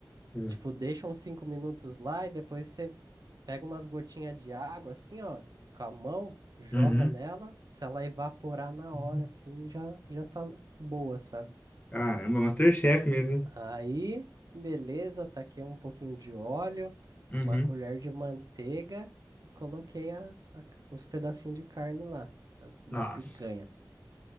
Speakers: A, on the left; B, on the right.
A: É.
B: Tipo, deixa uns cinco minutos lá e depois você pega umas gotinhas de água, assim, ó, com a mão, joga
A: uhum,
B: nela. Se ela evaporar na
A: uhum,
B: hora, assim, já, já tá na- boa, sabe?
A: Caramba, MasterChef mesmo, hein?
B: Aí, beleza, taquei um pouquinho de óleo,
A: uhum.
B: uma colher de manteiga e coloquei a, a- os pedacinhos de carne lá, da, da
A: Nossa.
B: picanha.